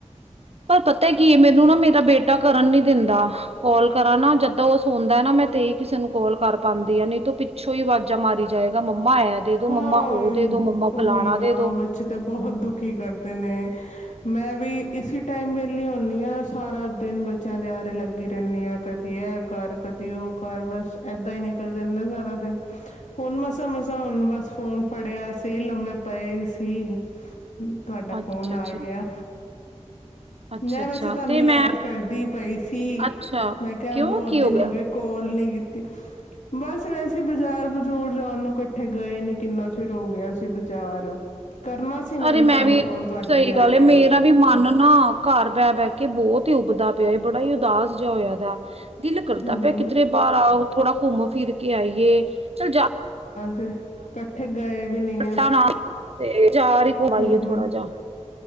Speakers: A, on the right; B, on the left.
A: ਪਰ ਪਤਾ ਕੀ ਹੈ ਮੈਨੂੰ ਨਾ ਮੇਰਾ ਬੇਟਾ ਕਰਨ ਨੀ ਦਿੰਦਾ ਕਾਲ ਕਰਾਂ ਨਾ ਜਦਾਂ ਉਹ ਸੌਦਾ ਨਾ ਮੈਂ ਤੇਹੀ ਕਿਸੇ ਨੂੰ ਕਾਲ ਕਰ ਪਾਉਂਦੀ ਆ ਨਹੀਂ ਤੂੰ ਪਿੱਛੋਂ ਹੀ ਆਵਾਜ਼ਾਂ ਮਾਰੀ ਜਾਏਗਾ ਮੰਮਾ ਐ ਦੇ ਦੋ
B: ਹਾਂ
A: ਮੰਮਾ ਉਹ ਦੇ ਦੋ ਮੰਮਾ ਫਲਾਣਾ
B: ਉਹੀ ਨਾ
A: ਦੇ ਦੋ
B: ਬੱਚੇ ਤੇ ਬਹੁਤ ਦੁਖੀ ਕਰਦੇ ਨੇ ਮੈਂ ਵੀ ਇਸ ਟਾਈਮ ਵੇਲੇ ਆਉਦੀ ਹਾਂ ਸਾਰਾ ਦਿਨ ਬੱਚਿਆਂ ਦੇ ਆਾਰੇ ਲੱਗੀ ਰਹਿੰਦੀ ਹਾਂ ਕਦੀ ਇਹ ਕਰ ਕਦੀ ਉਹ ਕਰ ਬਸ ਏਦਾਂ ਹੀ ਨਿਕਲ ਜਾਂਦਾ ਸਾਰਾ ਦਿਨ ਹੁਣ ਮਸਾਂ ਮਸਾਂ ਹੁ ਬਸ ਫੋਨ ਫੜਿਆ ਸੀ ਲੰਮੇ ਪਏ ਸੀ ਤੁਹਾਡਾ
A: ਅੱਛਾ
B: ਫੋਨ ਆ
A: ਅੱਛਾ
B: ਗਿਆ
A: ਅੱਛਾ
B: ਮੈਂ
A: ਅੱਛਾ
B: ਵੈਸੇ ਤੁਹਾਨੂੰ
A: ਤੇ
B: ਯਾਦ
A: ਮੈਂ
B: ਕਰਦੀ ਪਈ ਸੀ
A: ਅੱਛਾ,
B: ਮੈਂ ਕਿਹਾ
A: ਕਿਉਂ
B: ਬਹੁਤ
A: ਕੀ
B: ਦਿਨ
A: ਗਿਆ?
B: ਹੋ ਗਏ ਕੋਲ ਨੀ ਬਸ ਵੈਸੇ ਬਾਜ਼ਾਰ ਬਜ਼ੂਰ ਜਾਣ ਨੂੰ ਕੱਠ ਉੱਥੇ ਗਏ ਨੀ ਕਿੰਨਾ ਚਿਰ ਹੋ ਗਿਆ ਸੀ ਬਾਜ਼ਾਰ ਕਰਨਾ ਸੀ
A: ਅਰੇ ਮੈਂ
B: ਤੁਹਾਨੂੰ
A: ਵੀ,
B: ਫੋਨ
A: <inaudible>
B: ਤੁਹਾਡਾ
A: ਸਹੀ
B: ਹੀ ਆ
A: ਗੱਲ
B: ਗਿਆ
A: ਮੇਰਾ ਵੀ ਮਨ ਨਾ ਘਰ ਬਹਿ ਬਹਿ ਕੇ ਬਹੁਤ ਹੀ ਉੱਭਦਾ <inaudible> ਬੜਾ ਹੀ ਉਦਾਸ। ਹੋਇਆ ਦਾ, ਦਿਲ ਕਰਦਾ
B: ਹੂੰ
A: ਪਿਆ ਕਿਧਰੇ ਬਾਹਰ ਆਓ। ਥੋੜਾ ਘੁੰਮ ਫਿਰ ਕੇ ਆਈ। <inaudible> ਚਲ ਜਾ
B: <inaudible> ਕੱਠੇ ਗਏ ਵੀ ਨਹੀਂ
A: <inaudible>
B: ਆ
A: ਤੇ ਚਾਰ ਹੀ ਕਮਾਈਏ
B: ਹੂੰ ਹੂੰ
A: ਥੋੜਾ ਜਾ।